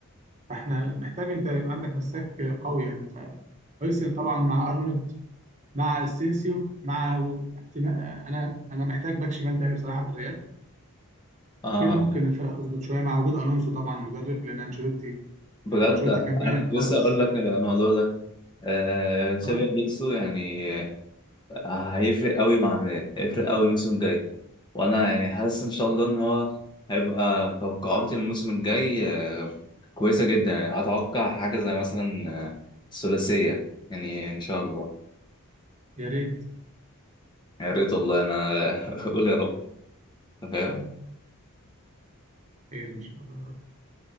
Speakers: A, on the right; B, on the left.
A: فاحنا محتاج أنت يبقى عندك مساك قوي يعني فهويسن طبعا مع أرنولد مع أسينسيو مع احتما- أنا أنا محتاج باك شمال تاني بصراحة في الريال
B: اه
A: كده ممكن الفرقة تظبط شوية مع وجود ألونسو طبعا مدرب لأن أنشيلوتي
B: بجد
A: يعني أنشيلوتي كان باين
B: انا كنت
A: خالص
B: لسه اقول لك الموضوع ده آه، تشابي
A: أه
B: الونسو يعني آه، هيفرق قوي مع الريال هيفرق قوي الموسم الجاي وانا يعني حاسس ان شاء الله ان هو هيبقى توقعاتي الموسم الجاي آه، كويسه جدا يعني اتوقع حاجه زي مثلا آه، الثلاثيه يعني ان شاء الله
A: يا ريت
B: يا ريت والله انا <laughs> اقول يا رب أنت فاهم
A: خير إن شاء الله يا رب